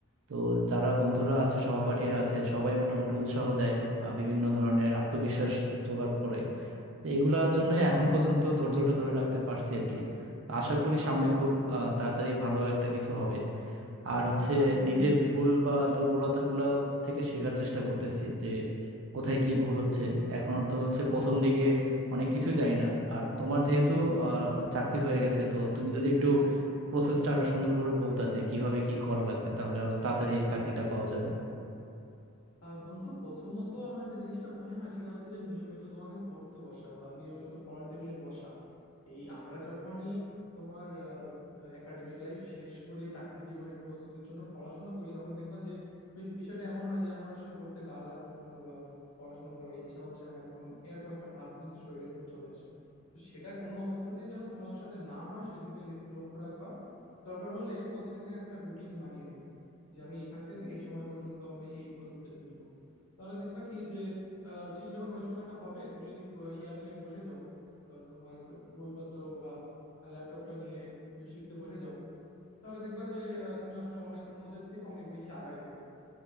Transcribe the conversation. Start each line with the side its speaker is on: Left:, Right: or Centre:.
Right: তো যারা বন্ধুরা আছে সহপাঠীরা আছে সবাই মোটামুটি উৎসাহ দেয় আহ, বিভিন্ন ধরনের আত্মবিশ্বাস জোগাড় করে তো এগুলার জন্য এখন পর্যন্ত ধৈর্যটা ধরে রাখতে পারছি আর কি আশা করি সামনে খুব আহ, তাড়াতাড়ি ভালো একটা কিছু হবে আর হচ্ছে নিজের
Left: নিশ্চয়ই বন্ধু
Right: ভুল বা
Left: নিশ্চয়ই
Right: দুর্বলতা গুলা থেকে শেখার চেষ্টা করতেছি যে কোথায় কি ভুল হচ্ছে এখনো তো হচ্ছে প্রথম দিকে অনেক কিছুই জানি না আর তোমার যেহেতু আহ, চাকরি হয়ে গেছে তো তুমি যদি একটু প্রসেসটা আরো সুন্দর করে বলতা যে কিভাবে কি করা লাগবে তাহলে আরো তাড়াতাড়ি চাকরিটা পাওয়া যাবে
Left: আহ বন্ধু প্রথমত আমার যে জিনিসটা মনে হয় সেটা হচ্ছে যে নিয়মিত তোমাকে পড়তে বসা বা নিয়মিত পড়ার টেবিলে বসা এই আমরা যখনই তোমার একাডেমিক লাইফ শেষ করে চাকরির জীবনে প্রস্তুতির জন্য পড়াশোনা করি তখন দেখবা যে বিষ- বিষয়টা এমন হয় যে আমার আসলে পড়তে গা লাগতেছে না বা পড়াশোনা করার ইচ্ছা হচ্ছে না এখন এরকম একটা ভাব কিন্তু শরীরের মধ্যে চলে আসে তো সেটা কোনো অবস্থাতেই যেন তোমার সাথে না হয় সেদিকে লেখ- লক্ষ্য রাখবা দরকার হলে প্রত্যেকদিন একটা রুটিন বানিয়ে নিবা যে আমি এখান থেকে এই সময় পর্যন্ত আমি এই প্রস্তুতিটা নিব তাহলে দেখবা কি যে আহ, ঠিক যখন ওই সময়টা হবে তুমি যদি ব- ইয়াটা নিয়ে বসে যাও আহ, তোমার বইপত্র বা ল্যাপটপটা নিয়ে কিছু শিখতে বসে যাও তাহলে দেখবা যে আহ, তুমি আসলে অনেক অন্যদের থেকে অনেক বেশি আগায় গেছো